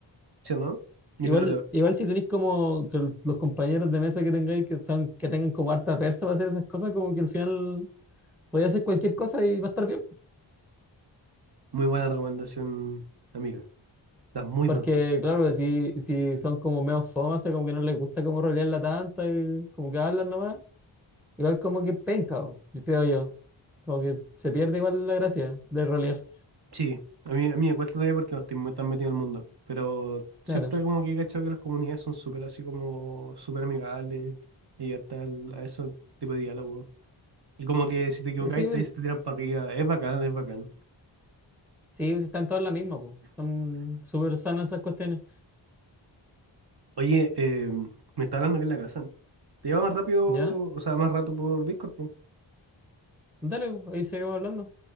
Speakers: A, on the right; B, in the centre.
A: ¿Sí o no?
B: Si
A: Yo
B: Igual,
A: creo que la-
B: igual si tenéis como que los compañeros de mesa que tengáis que son, que tengan como harta persa para hacer esas cosas, como que al final podéis hacer cualquier cosa y va a estar bien.
A: muy buena recomendación, amiga. Das muy
B: Porque
A: buenas cosas
B: claro, pues, si, si son como medio fomas, o sea, como que no les gusta como rolearla tanta y como que hablan nomás, igual como que penca, po, yo creo yo. Como que se pierde igual la gracia de rolear.
A: Sí, a mí, a mí me cuesta todavía porque no estoy muy tan metido en el mundo, pero siempre
B: Claro.
A: como que he cachado que las comunidades son súper así como súper amigables y abiertas al- a ese tipo de diálogo. Y como que si te equivocáis,
B: Eh, Sí,
A: te, te tiran para arriba. Es bacán, es bacán.
B: Sí, pues, están todas las mismas, po. Son súper sanas esas cuestiones.
A: Oye, eh, me está hablando que en la casa. Te lleva más rápido,
B: ¿Ya?
A: o sea, más rato por Discord.
B: Dale, ahí seguimos hablando.